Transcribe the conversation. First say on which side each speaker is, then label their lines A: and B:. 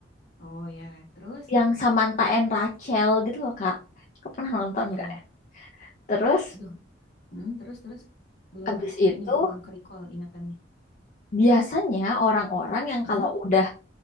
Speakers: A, on the left; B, on the left.
A: Oh ya, terus
B: yang Samantha and Rachel gitu loh, Kak. Kau pernah nonton
A: iya.
B: nggak? ya? Terus
A: Aduh, hmm, terus terus belum
B: habis itu
A: ini belum ke recall ingatannya.
B: biasanya orang-orang yang
A: Heeh.
B: kalau udah